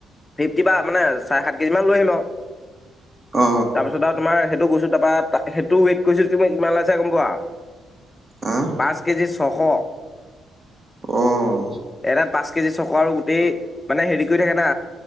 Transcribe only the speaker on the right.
অ
আহ
অহ।